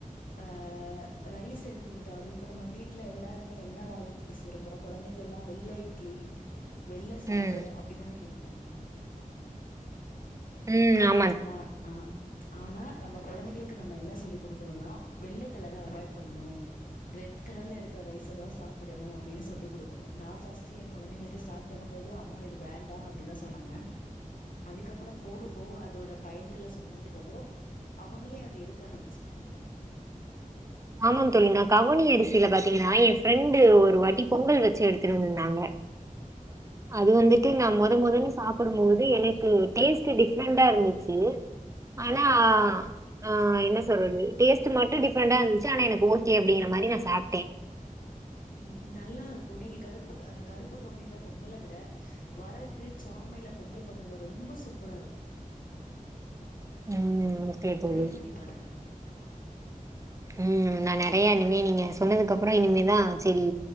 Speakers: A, on the left; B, on the right.
A: ஆ ரைஸ் எடுத்துக்கிட்டாலு இப்ப நம்ம வீட்டுல எல்லாருமே என்னவாது ஸ் விரும்புற குழந்தைங்க எல்லா வெள்ள இட்லி வெள்ள சாதோ
B: ம்
A: அப்டிதானே கேக்குறாங்க
B: ம் நாப்
A: ஆ ஆ ம்ச் ஆனா நம்ம குழந்தைகளுக்கு நம்ம என்ன சொல்லி குடுக்கணும்னா வெள்ள கலர அவாய்ட் பண்ணணு ரெட் கலர்ல இருக்க ரைஸை தா சாப்பிடணு அப்டின்னு சொல்லி குடுக்கணு நா ஃபர்ஸ்ட்டு என் குழந்தைங்களுக்கு ஸ்டார்ட் பண்ணும் போது அம்மா இது வேண்டா அப்டிதா சொன்னாங்க அதுக்கப்புறம் போக போக அதோட பயன்கள சொன்னதுக்குப்புறோ அவங்களே அது எடுக்க ஆரம்பிச்சட்டாங்க
B: ஆமாங்க தோழி நா கவுனி அரிசியில பாத்தீங்கன்னா எ ஃப்ரெண்டு ஒரு வாட்டி பொங்கல் வச்சு எடுத்துட்டு வந்திருந்தாங்க அது வந்துட்டு நா மொத மொதல்ல சாப்பிடும் போது எனக்கு டேஸ்ட் டிஃப்ரெண்டா இருந்துச்சு ஆனா ஆ என்ன சொல்றது டேஸ்ட்டு மட்டு டிஃப்ரெண்டா இருந் ச்சானா எனக்கு ஓகே அப்படிங்கற மாரி நா சாப்ட்டே
A: ம் நல்லா இருக்கும் நீங்க கருப்பு அந்த கருப்பு கவுனியில பொங்கல விட வரகு சாமையில பொங்கல் பண்ணுங்க ரொம்ப சூப்பரா இருக்கு
B: ம் ஓகே தோழி
A: ட்ரை பண்ணி பாருங்க
B: ம் நா நெறையா இனிமே நீங்க சொன்னதுக்கப்புறோ இனிமேதா சரி